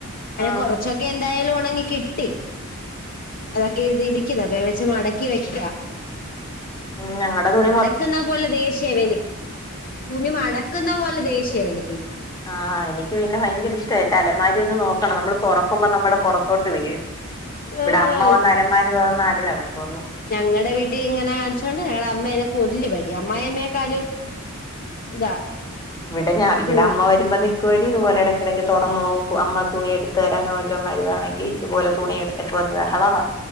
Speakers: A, on the left; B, on the left.
A: അങ്ങനെ
B: ആ
A: കൊറച്ചൊക്കെ എന്തായാലും ഒണങ്ങി കിട്ടി. അതൊക്കെ എടുത്ത് ഇടിക്കുന്ന് അപ്പ ഞാ വിചാ ച്ച് മടക്കി വെക്കാം
B: ഉം ഞങ്ങടെ തുണി മൊ
A: ന്ന പോലെ ദേഷ്യവനി തുണി മടക്കുന്ന പോലെ ദേഷീവനി
B: ആ എനിക്ക് പിന്നെ ഭയങ്കര ഇഷ്ട എന്റെ അലമാരി ഒന്ന് നോക്കണം നമ്മള് തുറക്കുമ്പോ നമ്മുടെ പുറത്തോട്ട് വീഴും ഇവിടെ
A: ആഹ്
B: അമ്മ വന്ന് അലമാരി തുറന്ന അടി നടക്കുമന്ന്
A: ഞങ്ങളടെ വീട്ടിൽ ഇങ്ങനെ കാണിച്ചോ കൊണ്ട് ഞങ്ങളടെ അമ്മേനെ കൊല്ലുവടി അമ്മായിമ്മയെക്കാളും ഇതാ
B: ഇവിടെ ഞാ ഇവിടെ
A: തുണി
B: അമ്മ വരുമ്പോ നിക്കുവെടി ഇതുപോലെടക്കെടക്ക് തുറന്ന് നോക്കും അമ്മ തുണി എടുത്തു തരാനോ വല്ലോം വരുവാണെങ്കി ഇതുപോലെ തുണിയെടുത്തിട്ട് വന്ന് ബഹളവാ.